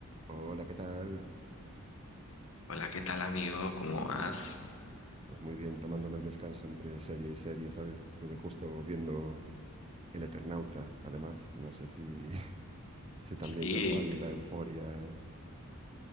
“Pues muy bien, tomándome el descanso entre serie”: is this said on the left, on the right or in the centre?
Right